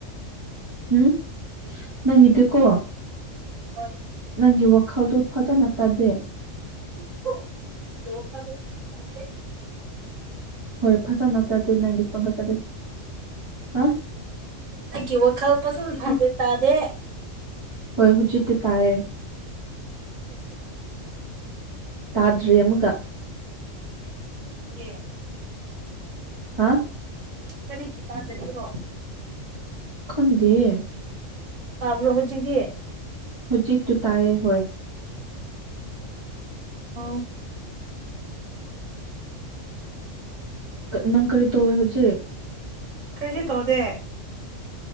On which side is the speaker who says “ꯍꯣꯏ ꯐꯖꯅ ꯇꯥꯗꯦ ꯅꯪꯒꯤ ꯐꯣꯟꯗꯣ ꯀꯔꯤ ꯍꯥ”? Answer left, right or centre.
Right